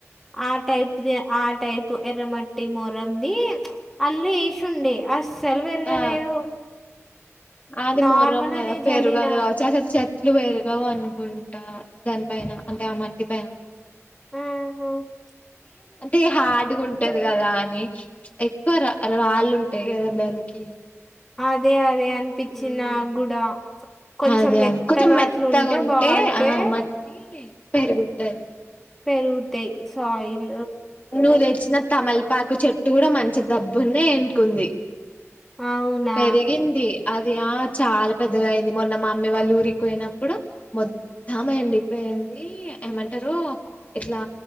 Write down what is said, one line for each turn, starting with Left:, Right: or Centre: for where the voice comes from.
Centre: ఆ టైప్ది ఆ టైపు ఎర్రమట్టి మొరంది అల్ళ వేసిండే అ అస్సలు పెరగలేదు
Left: ఆ అది
Centre: నార్మల్
Left: మొర్రం కదా
Centre: అనే
Left: పెరుగదు
Centre: జల్లిన
Left: కావచ్చు అస్సలు చెట్లు పెరుగవు అనుకుంటా దానిపైన అంటే ఆ మట్టి పైన
Centre: ఆహ
Left: అంటే హార్డ్గ ఉంటది కదా అని ఎక్కువ రాళ్ళు ఉంటాయి కదా దానికి
Centre: అదే అదే అనిపిచ్చింది
Left: ఉమ్
Centre: నాకు కూడా కొంచెం
Left: అదే
Centre: మెత్తగా
Left: అ కొంచెం మెత్తగా
Centre: అట్లు
Left: ఉంటే
Centre: బాగుంటే
Left: ఆ మట్టి పెరుగుతుది
Centre: పెరుగుతాయ్ సోయిల్
Left: నువ్వు తెచ్చిన తమలపాకు చెట్టు కూడా మంచి దబ్బున్న అంటుకుంది
Centre: అవునా
Left: పెరిగింది అది ఆ చాలా పెద్దగా అయింది మొన్న మా అమ్మీ వాళ్ళు ఊరికి పోయినప్పుడు మ మొత్తం ఎండిపోయింది ఏమంటారు ఇట్లా